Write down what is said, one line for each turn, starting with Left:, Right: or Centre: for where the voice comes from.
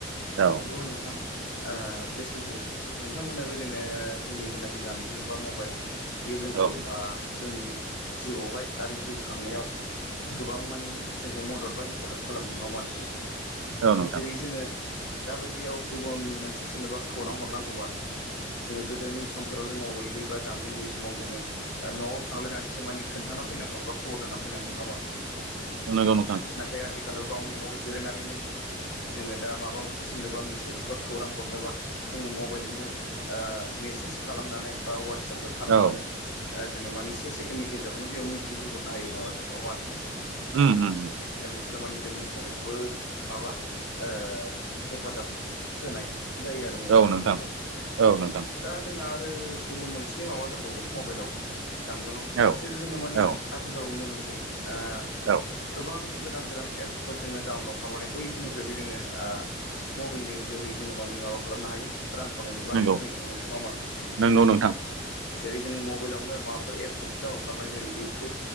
Right: औ
Left: नंगौ नोंथां ओ बे सैथो। नोंथां बुंनाय बायदिनो जोंनि जेनाखि जानबुं बा मबाइल बेयो जोंखौ
Right: औ
Left: आ जोंनि जिउआवहाय आरो जिउ खांनायाव गोबां मानि जोंखौ मदद बा हेफाजाब खालामदों नङा होनबा नोंथां?
Right: औ नोंथां
Left: जेरै जोङो दाबायदियाव गुबुन मोनसे सोरनोबा खौरां हरनांगौबा जोङो गोदोनि सम फोराव जोङो मबाइल गैयि बा जानबुं गैयि समाव जोङो न'आव थांलायनानैसो मानि खोनथाना फैनांगौमोन बा खबर होना फैगौ <unintelligible> नोंथां
Right: नोंगौ नोंथां
Left: नाथाय आथिखालाव गावनि न'आव जिरायनानैनो जोङो दा माबा मोनसे सोंनोबा मेसेज बा खौरां हरनोबा जोङो मबाइलजोंनो ओ मे सेस खालामनानै बा वाट वाट्सापफोर खालामनानै
Right: औ
Left: जोङो मानि से सेकेण्डनि गेजेरावनो बेयाव मिन्थिहोहरनो हायो आरो नङा होमबा नोंथां?
Right: उम उम
Left: फोर मानि जोंनि थाखाय जोबोद माबा ओ हेफाजाब होनाय। जायो आरो मबाइला
Right: औ नोंथां
Left: जोंखौ
Right: औ नोंथां
Left: दा जोंहा आरो गुबुन मोनसे एसे माबा दंबावो मबाइलावहाय जानलुंआव
Right: औ
Left: जेरै जोङो माने
Right: औ
Left: आथिखालाव नुनो मोनसै ओ
Right: औ
Left: गोबां गोदान गोदान एपफोर जोङो डाउनलड खालामनानै बैफोरनिफ्रायबो जोङो आ मबाइलनि जोहै जोङो मानि माबा खालामनो हायो। रां खामायनोबो हानायखौ
Right: नंगौ
Left: जों नुनो मोनदों नङा होनबा नोंथां?
Right: नंगौ नोंथां
Left: जेरै जोङो मबाइलावनो माबाफोर एप मोनसे डाउनलड खालामो जेरै इउटुब